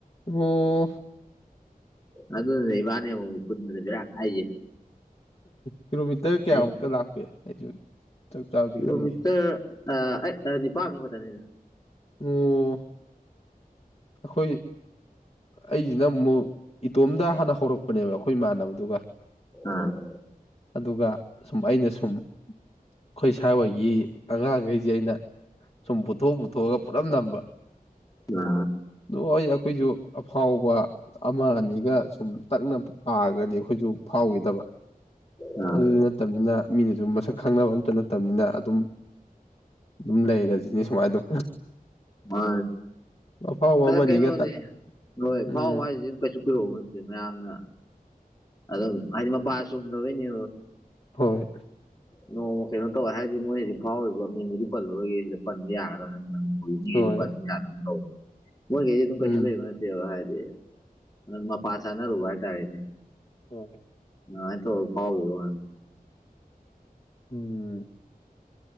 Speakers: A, on the left; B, on the left.
A: ꯑꯣ
B: ꯑꯗꯨꯗ ꯏꯕꯅꯦ ꯄꯨꯨꯟꯅꯗꯕꯤꯔꯥ ꯀꯥꯏꯁꯦ
A: ꯀꯤꯂꯣꯃꯤꯇꯔ ꯀꯌꯥꯃꯨꯛꯀ
B: ꯑꯩ
A: ꯂꯥꯛꯄꯦ ꯑꯩꯁꯨ ꯆꯞ ꯆꯥꯕꯗꯤ
B: ꯀꯤꯂꯣꯃꯤꯇꯔ
A: ꯈꯪꯗꯦ
B: ꯅꯤꯄꯥꯃꯨꯛ ꯈꯛꯇꯅꯤꯗ
A: ꯑꯣ ꯑꯩꯈꯣꯏ ꯑꯩꯁꯤꯅ ꯑꯃꯨꯛ ꯏꯇꯣꯝꯗ ꯍꯥꯟꯅ ꯍꯧꯔꯛꯄꯅꯦꯕ ꯑꯩꯈꯣꯏ ꯏꯃꯥꯟꯅꯕꯗꯨꯒ
B: ꯑꯥ
A: ꯑꯗꯨꯒ ꯁꯨꯝ ꯑꯩꯅ ꯁꯨꯝ ꯑꯩꯈꯣꯏ ꯏꯁ ꯍꯣꯏꯒꯤ ꯑꯉꯥꯡꯈꯩꯁꯦ ꯑꯩꯅ ꯁꯨꯝ ꯄꯨꯊꯣꯛ ꯄꯨꯊꯣꯛꯑꯒ ꯄꯨꯂꯝ ꯅꯝꯕ
B: ꯑ
A: ꯂꯣꯏ ꯑꯩꯈꯣꯏꯁꯨ ꯑꯐꯥꯎꯕ ꯑꯃ ꯑꯅꯤꯒ ꯁꯨꯝ ꯇꯛꯅ ꯄꯥꯔꯒꯗꯤ ꯑꯩꯈꯣꯏꯁꯨ ꯐꯥꯎꯈꯤꯗꯕ
B: ꯑꯥ
A: ꯑꯗꯨꯗꯨ ꯅꯠꯇꯕꯅꯤꯅ ꯃꯤꯅꯁꯨ ꯃꯁꯛ ꯈꯪꯅꯕ ꯑꯝꯇ ꯅꯠꯇꯕꯅꯤꯅ ꯑꯗꯨꯝ ꯑꯗꯨꯝ ꯂꯩꯔꯁꯤꯅꯤ ꯁꯨꯃꯥꯏꯅ ꯑꯗꯨꯝ
B: ꯃꯥ
A: ꯑꯐꯥꯎꯕ
B: ꯑꯗ
A: ꯑꯃꯅꯤꯒ
B: ꯀꯩꯅꯣꯅꯦ
A: ꯇꯛ
B: ꯍꯣꯏ
A: ꯎꯝ
B: ꯐꯥꯎ ꯍꯥꯏꯁꯤ ꯀꯩꯁꯨ ꯎꯣ ꯅꯠꯇꯦ ꯃꯌꯥꯝꯅ ꯑꯗꯣ ꯑꯗꯤ ꯃ ꯄꯥꯁ ꯎꯨꯝꯗꯧꯅꯤ
A: ꯍꯣꯏ
B: ꯅꯣꯡꯃ ꯀꯩꯅꯣ ꯇꯧꯋꯦ ꯍꯥꯏꯔꯗꯤ ꯃꯣꯏ ꯍꯧꯖꯤꯛ ꯐꯥꯎꯔꯤꯕ ꯃꯤꯕꯨꯗꯤ ꯄꯜꯂꯔꯣꯏꯒꯦ ꯁꯤꯗ ꯄꯟꯕ ꯌꯥꯒ꯭ꯔꯥ ꯍꯪꯕ ꯅꯤ
A: ꯍꯣꯏ
B: ꯄꯟꯅꯤ ꯌꯥ ꯇꯧꯕ ꯃꯣꯏꯈꯩꯁꯦ ꯑꯗꯨꯝ
A: ꯎꯝ
B: ꯀꯩꯁꯨ ꯂꯩꯕ ꯍꯥꯏꯗꯤ ꯃ ꯄꯁꯅꯔ ꯎꯕꯔ ꯇꯥꯅꯤ
A: ꯎ
B: ꯅꯥꯏ ꯇꯣ ꯄꯥꯎꯕꯅꯤ
A: ꯎꯝ